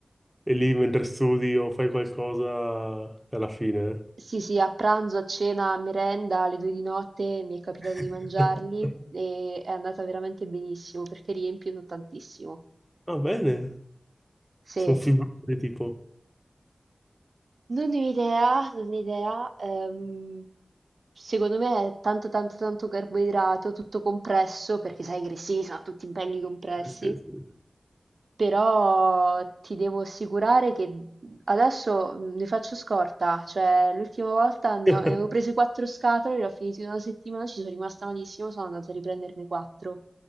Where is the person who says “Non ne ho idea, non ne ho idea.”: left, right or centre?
Right